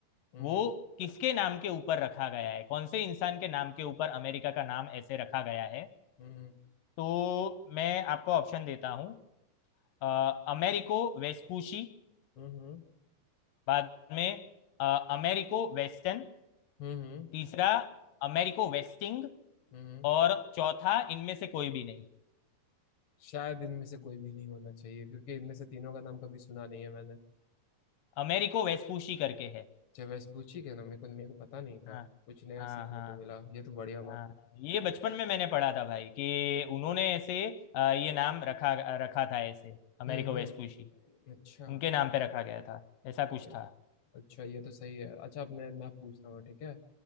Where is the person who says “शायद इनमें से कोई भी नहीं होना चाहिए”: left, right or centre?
Left